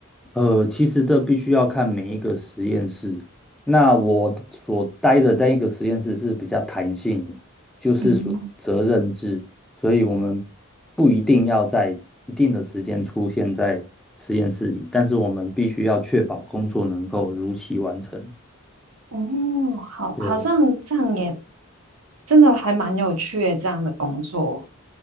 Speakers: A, in the centre; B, on the right.
A: 呃，其实这必须要看每一个实验室。那我所待的那一个实验室是比较弹性的，就是属于责任制，
B: 嗯，
A: 所以我们不一定要在一定的时间出现在实验室里，但是我们必须要确保工作能够如期完成。
B: 哦，好，
A: 对，
B: 好像这样也真的还蛮有趣的，这样的工作